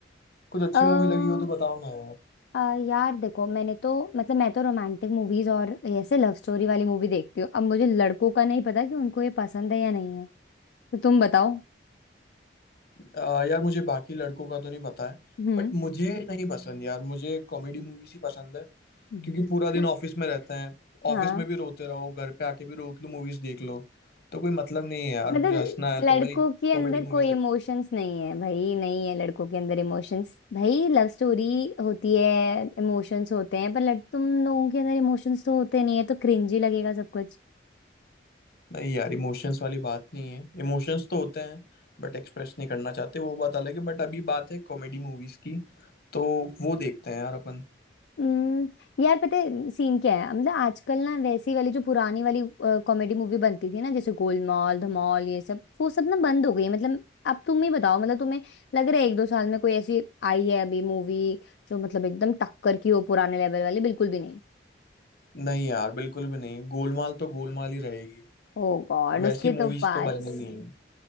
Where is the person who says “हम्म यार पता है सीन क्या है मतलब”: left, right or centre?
Left